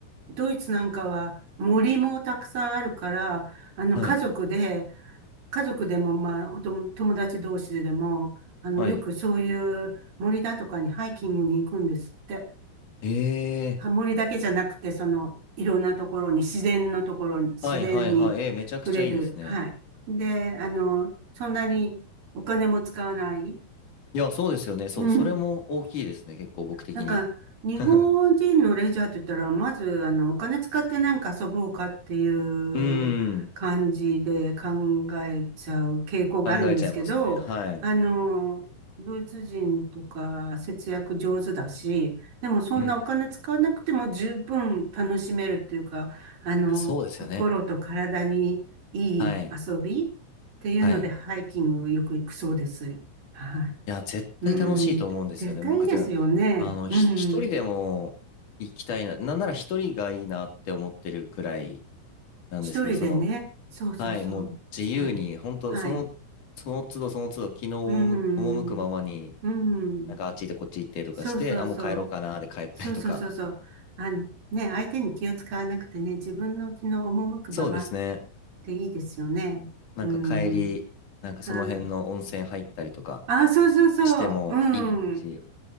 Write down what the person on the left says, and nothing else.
はい。
はい。
え
ー、はいはいはい。えー、めちゃくちゃいいですね。
いや、そうですよね。そう、
それも大きいですね。結構僕的に。
<laughs>
うーん。考えちゃいますね。はい。
うん。
そうですよね。
はい。はい。い
や、絶対楽しいと思うんですよね。
僕全、あの、
ひ一人でも行きたいな。なんなら一人がいいなって思ってるくらいなんですけど、
その、
はい、もう自由に、
本当その、
その都度その都度、気の赴く赴くままに、
なんかあっち行ってこっち行ってとかして、
あ、もう帰ろうかな、で帰ったりとか。
そうですね。
なんか帰り、
なんかその辺の温泉入ったりとか
してもいいですし。